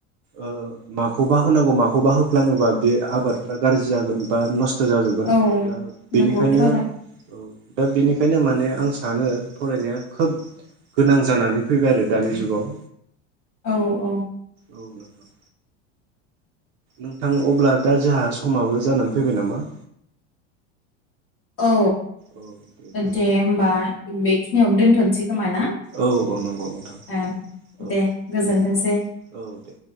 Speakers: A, on the right (about 55°); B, on the left (about 40°).
A: ओ माखौबा होनांगौ माखौबा होफ्लाङोबा बे आबादफ्रा गाज्रि जागोन बा नष्ट होजा जोबगोन
B: औ
A: दा
B: नंगौथ'
A: बेनिखायनो
B: आरो
A: औ दा बेनिखायनो माने आं सानो फरायनाया खोब गोनां जानानै फैबाय आरो दानि जुगाव।
B: औ औ।
A: औ नोंथां। नोंथां अब्ला दा जोंहा समाबो जानानै फैबाय नामा?
B: औ
A: औ बिदिब्ला
B: दे होनबा बे खिनियावनो दोनथ'नोसै खोमा ना?
A: औ औ नंगौ नोंथां
B: ओ
A: औ
B: दे गोजोनथोंसै
A: दे बिदिबा औ दे।